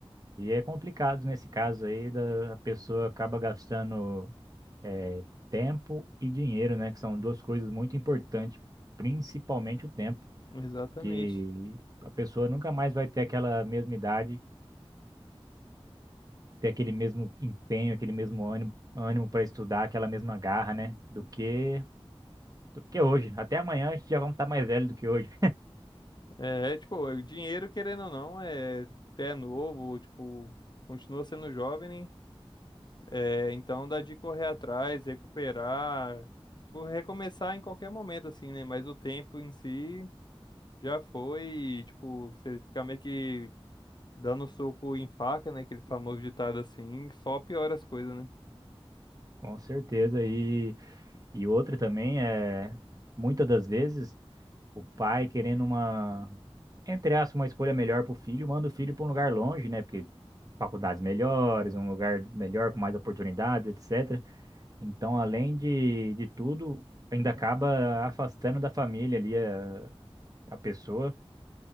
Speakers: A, on the right (about 35°); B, on the left (about 45°).
A: E é complicado nesse caso aí, da, a pessoa acaba gastando é, tempo e dinheiro, né? Que são duas coisas muito importantes, principalmente o tempo,
B: Exatamente.
A: que a pessoa nunca mais vai ter aquela mesma idade ter aquele mesmo empenho, aquele mesmo ânimo, ânimo para estudar, aquela mesma garra, né? Do que do que hoje. Até amanhã a gente já vamos estar mais velho do que hoje,
B: É, é, tipo, o dinheiro, querendo ou não, é, é novo, tipo, continua sendo jovem, né? É, então dá de correr atrás, recuperar, tipo, recomeçar em qualquer momento, assim, né? Mas o tempo em si já foi, e, tipo, você ficar meio que dando soco em faca, né? Aquele famoso ditado assim, que só piora as coisas, né?
A: <laughs> com certeza. E e outra também é muitas das vezes o pai querendo uma entre aspas uma escolha melhor para o filho, manda o filho para um lugar longe, né? Porque faculdades melhores, um lugar melhor com mais oportunidades, etc. Então, além de de tudo, ainda acaba afastando da família ali a, a pessoa